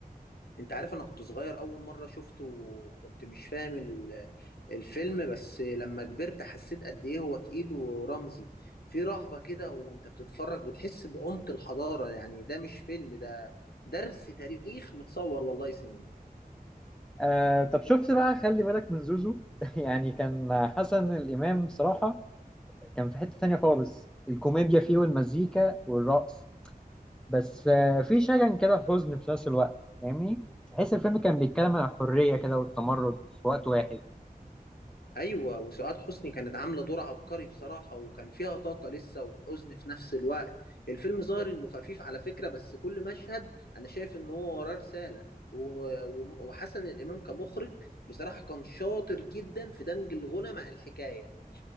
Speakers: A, on the left; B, in the centre.
A: انت عارف انا كنت صغير اول مرة شفته وكنت مش فاهم ال- الفيلم بس لما كبرت حسيت قد ايه هو تقيل ورمزي في رهبة كده وانت بتتفرج بتحس بعمق الحضارة يعني ده مش فيلم ده درس تاريخ متصور والله سينما
B: آه طب شفت بقى خلي بالك من زوزو <laughs> يعني كان حسن الامام صراحه كان في حتة تانية خالص الكوميديا فيه والمزيكا والرقص بس آه، في شجن كده حزن في نفس الوقت فاهمني تحس الفيلم كان بيتكلم عن الحرية كده والتمرد في وقت واحد
A: ايوه وسعاد حسني كانت عامله دور عبقري بصراحه وكان فيها طاقه لسه وحزن في نفس الوقت الفيلم ظاهر انه خفيف على فكره بس كل مشهد انا شايف ان هو وراه رساله و- و- وحسن الامام كمخرج بصراحه كان شاطر جدا في دمج الغنى مع الحكايه